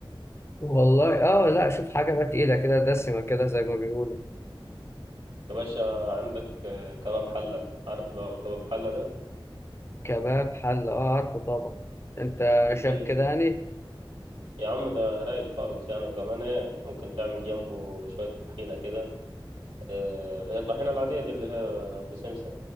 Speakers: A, on the left; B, on the right.
A: والله اه لا شوف حاجه بقى تقيله كده دسمه كده زي ما بيقولوا
B: يا باشا عندك آه، كباب حله عارف لو كباب الحله ده
A: كباب حله اه عارفه طبعا انت
B: بتجيب
A: شايف كده يعني
B: يا عم ده رايق خالص يعني وكمان ايه ممكن تعمل جنبه شويه طحينه كده آه، اللي هي الطحينه العاديه دي اللي هي بسمسم